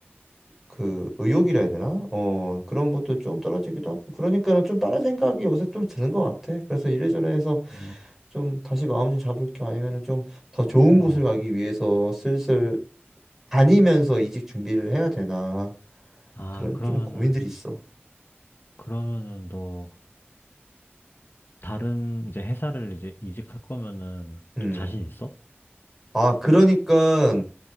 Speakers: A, in the centre; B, on the left.
A: 그 의욕이라 해야 되나? 어, 그런 것도 좀 떨어지기도 하고 그러니까는 좀 다른 생각이 요새 좀 드는 것 같아. 그래서 이래저래 해서
B: 음,
A: 좀 다시 마음 좀 잡을 겸 아니면은 좀 더 좋은
B: 어.
A: 곳을 가기 위해서 슬슬 다니면서 이직 준비를 해야 되나
B: 아,
A: 그런
B: 그러면은,
A: 좀 고민들이 있어.
B: 그러면은 너 다른 이제 회사를 이제 이직할 거면은
A: 음.
B: 좀 자신 있어?
A: 아, 그러니까